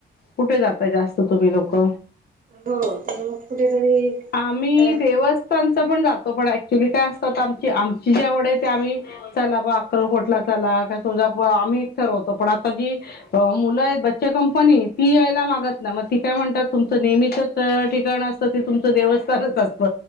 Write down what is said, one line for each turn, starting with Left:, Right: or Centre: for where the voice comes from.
Left: कुठे जातय जास्त तुम्ही लोक?
Right: हो मग कुठेतरी
Left: आम्ही
Right: आता
Left: देवस्थांनच पण जातो पण ऍक्च्युली काय असतात आमची आमची जी आवड आहे ते आम्ही चला बा अक्कलकोटला चला काय तुळजापूर आम्हीच ठरवतो पण आता जी मुल आहेत बच्चे कंपनी ती यायला मागत नाय मग ती काय म्हणतात तुमच नेहमीचच. ठिकाण असत तिथून. देवस्थानच असत